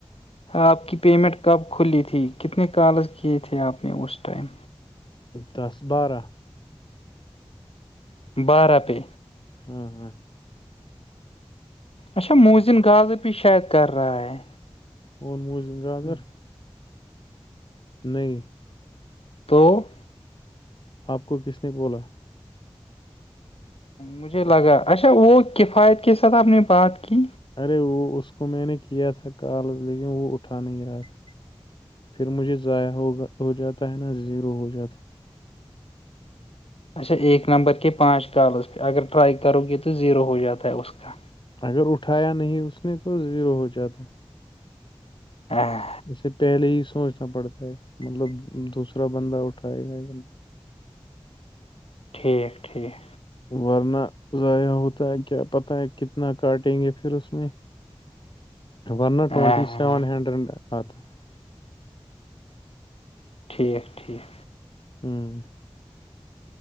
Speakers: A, on the left; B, on the left.
A: آپ کی پیمنٹ کب کھلی تھی کتنے کال کیے تھے آپ نے اس ٹائم
B: دس بارہ
A: بارہ پے
B: ہاں ہاں
A: اچا موزن غضر بھی شاید کر رہا ہے
B: کوون موزم گادر نہیں
A: تو
B: آپ کو کس نے بولا
A: مجھے لگا اچھا وہ کفایت کے ساتھ آپ نے بات کی
B: ارے وہ اس کو میں نے کیا تھا کال لیکن وہ اٹھا نہیں رہا تھا پھر مجھے ضائع ہو گا ہو جاتا ہے نا زیرو ہو جاتا ہے
A: اچھا ایک نمبر کے پانچ کالز پہ اگر ٹرائی کرو گے تو زیرو ہو جاتا ہے اس کا
B: اگر اٹھایا نہیں اس نے تو زیرو ہو جاتا
A: ہاں
B: اسے پہلے ہی سوچنا پڑتا ہے مطلب دوسرا بندہ اٹھائے گا کہ نہیں
A: ٹھیک ٹھیک
B: ورنہ ضائع ہوتا ہے کیا پتہ ہے کتنا کاٹیں گے پھر اس میں ورا
A: ہاں
B: ٹونٹی سیون ہنڈرینڈ آ تھا
A: ٹھیک ٹھیک
B: ہوں